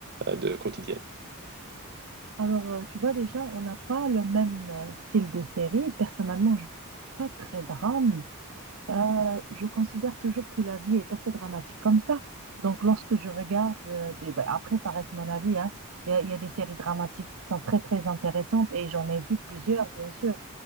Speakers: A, on the right; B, on the right.
A: euh, de quotidienne?
B: Alors, euh, tu vois déjà, on n'a pas le même euh, style de série. Personnellement, je ne suis pas très drame. Euh, je considère toujours que la vie est assez dramatique comme ça. Donc, lorsque je regarde euh, des... ben, après, ça reste mon avis, hein. Il y a, il y a des séries dramatiques qui sont très, très intéressantes et j'en ai vu plusieurs, bien sûr.